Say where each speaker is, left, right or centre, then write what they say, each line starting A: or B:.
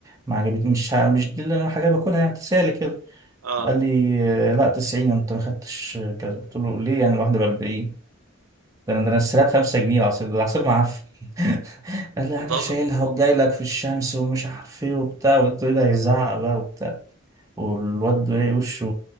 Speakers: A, on the right; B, on the right.
A: ما عجبتني مش ه- مش دي اللي انا حاجه باكلها يعني تسالي كده
B: اه
A: قال لي آه، لا 90 انت ما خدتش آه، كذا قلت له ليه يعني الواحده ب 40 ده انا ده انا السلاب 5 جنيه العصير ده العصير معفن <laughs> قال لي
B: انت
A: انا
B: بتهزر
A: شايلها وجاي لك في الشمس ومش عارف ايه وبتاع وقلت له إيه ده هيزعق بقى والواد ده إيه، وشه